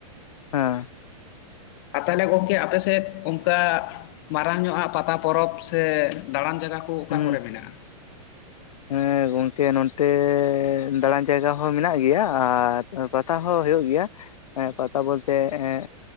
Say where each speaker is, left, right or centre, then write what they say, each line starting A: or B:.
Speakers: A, on the left; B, on the left.
A: ᱦᱮᱸ,
B: ᱟ ᱛᱟᱦᱮᱞᱮ ᱜᱚᱝᱠᱮ ᱟᱯᱮᱥᱮᱫ ᱚᱸᱠᱟ ᱢᱟᱨᱟᱝ ᱧᱚᱜ ᱟᱜ ᱯᱟᱛᱟ ᱯᱚᱨᱚᱵᱽ ᱥᱮ ᱫᱟᱬᱟᱱ ᱡᱟᱜᱟ ᱠᱚ ᱚᱠᱟ
A: ᱦᱩᱸ
B: ᱠᱚᱨᱮ ᱢᱮᱱᱟᱜᱼᱟ?
A: ᱦᱮᱸ ᱜᱚᱝᱠᱮ ᱱᱚᱱᱛᱮᱻ ᱫᱟᱬᱟᱱ ᱡᱟᱭᱜᱟ ᱦᱚᱸ ᱢᱮᱱᱟᱜ ᱜᱮᱭᱟ ᱟᱨ ᱮᱸ ᱯᱟᱛᱟ ᱦᱚᱸ ᱦᱳᱭᱳᱜ ᱜᱮᱭᱟ, ᱮᱸ ᱯᱟᱛᱟ ᱵᱚᱞᱛᱮ ᱮᱸ